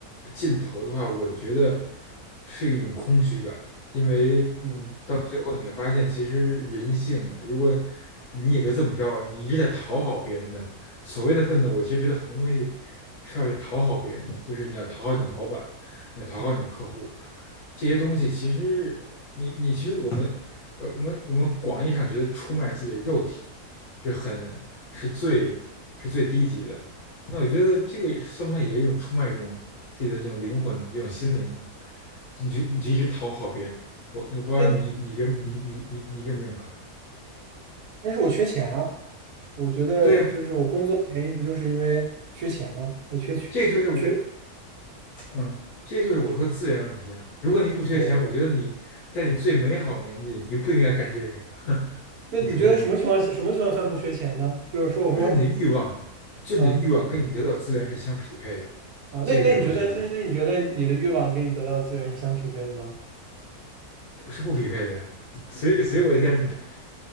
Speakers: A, on the left; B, on the right.
A: 尽头的话，我觉得是一种空虚感，因为
B: 嗯
A: 到最后你会发现，其实人性，如果你也就这么着，你一直在讨好别人的，所谓的奋斗，我其实觉得很多东西是要去讨好别人的，就是你要讨好你的老板，
B: 嗯
A: 你要讨好你的客户，
B: 嗯，
A: 这些东西其实你你其实我们呃我们我们广义上觉得出卖自己的肉体是很是最是最低级的，那我觉得这个算不算也是一种出卖这种自己的这种灵魂的这种心灵呢？你就你就一直讨好别人，我我不知道你你认你你你你认不认可？
B: 那嗯。但是我缺钱啊，我觉得就是我工作的原因不就是因为缺钱吗？
A: 对呀、啊
B: 那缺缺缺，
A: 这就是嗯，这个就是我说资源问题啊。如果你不缺钱，
B: 对，
A: 我觉得你在你最美好的年纪，你不应该干这个呀，
B: 那你觉得什么情况是什么情况算不缺钱呢？
A: 你同意吗？
B: 就是说，我说，
A: 就是你的欲望，就你的欲望跟你得到的资源是相匹配的，
B: 嗯啊，
A: 这个就是不缺钱，
B: 那那你觉得那那你觉得你的欲望跟你得到的资源是相匹配的吗？
A: 是不匹配的呀。所以，所以我现在，